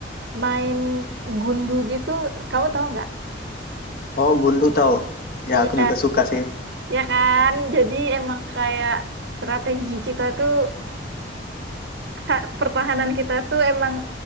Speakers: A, on the right; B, on the left.
A: main gundu gitu. Kamu tahu nggak?
B: Oh, gundu tahu. Ya,
A: Iya,
B: aku juga suka sih.
A: ya kan. Jadi emang kayak strategi kita tuh ha, pertahanan kita tuh emang